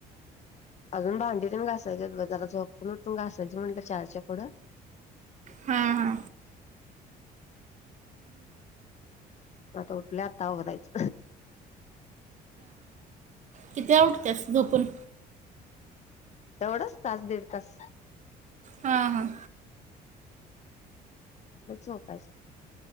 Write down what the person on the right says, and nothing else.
हा हा
कितीला उठतीयास झोपन
हां हां